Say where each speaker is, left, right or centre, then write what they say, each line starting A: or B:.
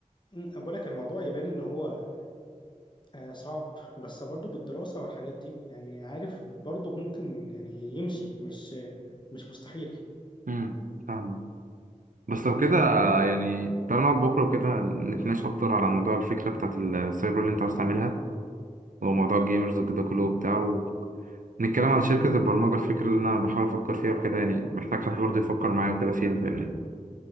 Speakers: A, on the left; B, on the right.
A: أمم، أنا بقول لك الموضوع يبان ان هو آه، صعب بس برضو بالدراسة والحاجات دي يعني عارف برضو ممكن يعني يمشي مش آه، مش مستحيل
B: امم فاهمك بس لو كده يعني تعالى نقعد بكرة وكده نتناقش أكتر على موضوع الفكرة بتاعت السايبر اللي أنت عايز تعملها وموضوع الجيمرز وكده كله وبتاع ونتكلم على شركة البرمجة الفكرة اللي أنا بحاول أفكر فيها وكده يعني محتاج حد برضه يفكر معايا وكده فيها فاهمني